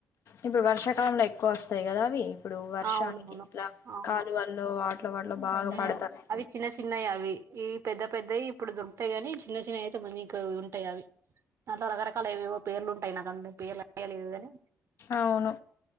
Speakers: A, on the left; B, on the right.
A: ఇప్పుడు వర్షాకాలంలో వస్తాయి కదా అవి ఇప్పుడు వర్షానికి
B: అవునవును
A: ఇట్లా
B: అవును అవును
A: కాలు వాల్లో వాటిల వాటిలో బాగా
B: ఉమ్
A: పడుతున్నాయి
B: అవి చిన్న చిన్నవి అవి ఈ పెద్ద పెద్దవి ఇప్పుడు దొరుకుతాయి కాని చిన్న చిన్న అయితే మల్ల ఇంక ఉంటాయి అవి దాంట్లో రకరకాలవేవో పేర్లుంటాయి నాకు అంత పేర్లు ఐడియా లేదు కాగాని
A: అవును